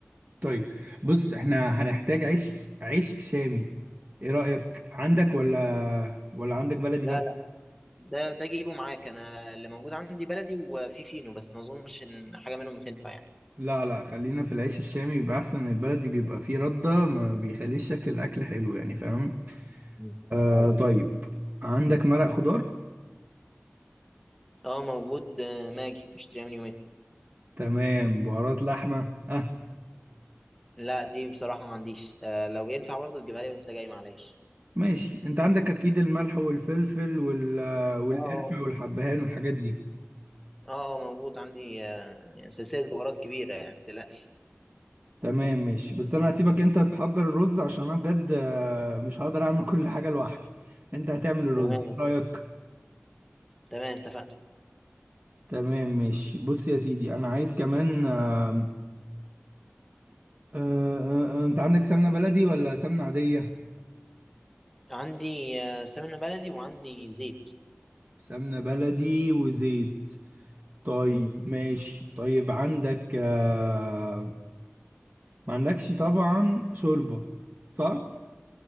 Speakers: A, on the right; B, in the centre.
A: طيب بص احنا هنحتاج عيش عيش شامي ايه رأيك عندك ولا ولا عندك بلدي
B: لا
A: بس
B: لا ده ده جيبه معاك انا اللي موجود عندي بلدي وفي فينو بس ما اظنش ان حاجه منهم تنفع يعني
A: لا لا خلينا في العيش الشامي بيبقى احسن البلدي بيبقى فيه ردة ما بيخليش شكل الاكل حلو يعني فاهم
B: مم.
A: آه
B: أيوة.
A: طيب عندك مرق خضار
B: اه موجود آه، ماجي مشتريها من يومين
A: تمام بهارات لحمة اه
B: لا دي بصراحه ما عنديش آه لو ينفع برضه تجيبها لي وانت جاي معلش
A: ماشي انت عندك اكيد الملح والفلفل وال والقرفة
B: اه اه
A: والحبهان والحاجات دي
B: اه آه، موجود عندي آه يعني سلسله بهارات كبيره يعني ما تقلقش
A: تمام ماشي بس انا هسيبك انت تحضر الرز عشان انا بجد آه، مش هقدر اعمل كل حاجة لوحدي انت هتعمل الرز
B: تمام
A: إيه رأيك
B: تمام اتفقنا
A: تمام ماشي بص يا سيدي انا عايز كمان آم، آه، آه، آه، انت عندك سمنة بلدي ولا سمنة عادية
B: عندي آه سمنه بلدي وعندي زيت
A: سمنة بلدي وزيت طيب
B: مم.
A: ماشي طيب عندك آه، ما عندكش طبعا شوربة صح